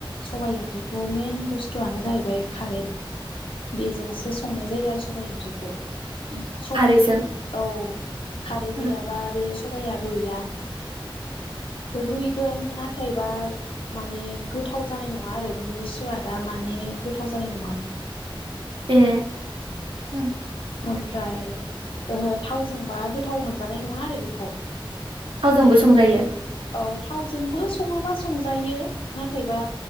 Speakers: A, on the left (about 75°); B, on the right (about 70°).
A: सबाइ ओंख्रिखौ मेन बुस्थु- आनो जाहैबाय खारै बेजोंसो सं जायो आरो सबाइ ओंख्रिखौ सबाय
B: खारैजों,
A: औ खारै
B: ओ,
A: गैयाबा बे सबाया रुया रुयगोन ना थायबा माने गोथाव जानाय नङा आरो बिनि सुवादा माने गोथाव जानाय नङा
B: ए उम
A: ओमफ्राय ओ थावजोंबा गोथाव मोनजानाय नङा आरो बेखौ
B: थावजोंबो
A: बेनि
B: संजायो
A: औ थावजोंबो सङोबा संजायो नाथायबा